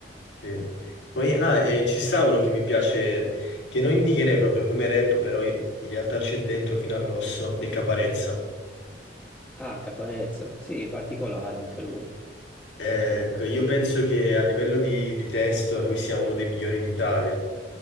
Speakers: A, on the left; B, in the centre.
A: Sì. Poi, ah, e ci sta uno che mi piace, che non indicherei proprio come rap, però in in realtà c'è dentro fino all'osso, e Caparezza.
B: Ah, Caparezza, sì, particolare anche lui.
A: Eh, io penso che a livello di, di testo lui sia uno dei migliori in Italia.